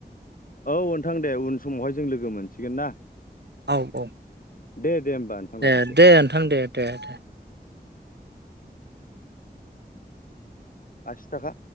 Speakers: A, on the left; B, on the right.
A: औ नोंथां दे उन समावहाय जों लोगो मोनसिगोन ना।
B: औ औ।
A: दे। दे होमबा नोंथां लाखिदो
B: ए दे नोंथां दे दे दे।
A: आसि थाखा